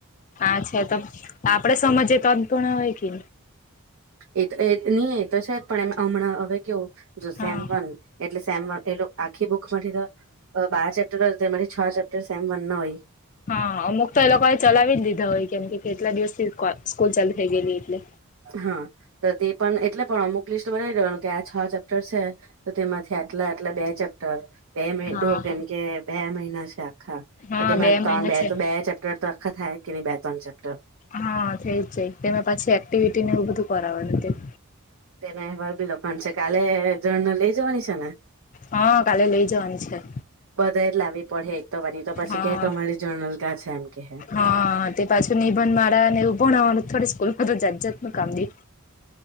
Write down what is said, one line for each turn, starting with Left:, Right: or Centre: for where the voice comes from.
Left: અચછા તો આપડે સમજ તોન પર્ણા હોય કે.
Right: એ તો એ નહી એ તો છે પણ એ હમણાં હવે કેવો જો
Left: હા
Right: સેમ વન એટલે સેમ વન એટલું આખી બુક માંથી તો અ બાર ચેપ્ટરો તેરી છ ચેપ્ટર સેમ વન ના હોય.
Left: હા અમુક તો એ લોકો એ ચલાવી જ લીધા હોય કેમ કેટલા દિવસ થી સ્કૂલ ચાલુ થઈ ગયેલી એટલે
Right: હા તો તે પણ એટલે પણ અમુક લિસ્ટ બનાવી દેવાનું કે આ છ ચેપ્ટર છે. તો તેમાંથી આટલા આટલા બે ચેપ્ટર બે મહિડો
Left: હા
Right: કેમ કે બે મહિના છે આખા
Left: હા
Right: તો તેમાં ત્રણ
Left: મહિના
Right: બે
Left: છે
Right: તો બે ચેપ્ટર તો આખા થાય કે નહી બે ત્રણ ચેપ્ટર
Left: હા થઈ જ જાય તેમે પાછી એક્ટિવિટી ને એવું બધું કરાવવાનું તે.
Right: તેના અહેવાલ બીલખવાની છે કાલે જર્નલ લઇ જવાની છે ને.
Left: હા કાલે લઈ જવા ની છે.
Right: બધા એજ લાવવી પડ હે એક તોવાની તો પછી
Left: હા
Right: કે તમારી જર્નલ કા છે એમ કે.
Left: હા તે પાછું નિભંધ માળા અને એવું ભણાવાનું થોડી સ્કૂલમાં તો જાત જાત નુ કામ દે.